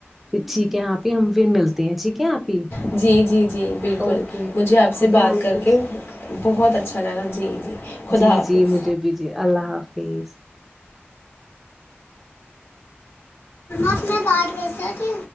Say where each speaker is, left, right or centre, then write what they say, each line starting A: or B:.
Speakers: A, in the centre; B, on the left.
A: پھر ٹھیک ہے آپ ہی ہم پھر ملتے ہیں ٹھیک ہے آپ ہی
B: جی جی جی بالکل
A: اوکے
B: مجھے آپ سے
A: خدا
B: بات
A: حافظ
B: کر کے بہت اچھا لگا جی جی جی خدا
A: جی
B: حافظ
A: جی مجھے بھی جی اللہ حافظ تیس
B: اپ میں گانج بج سے تھی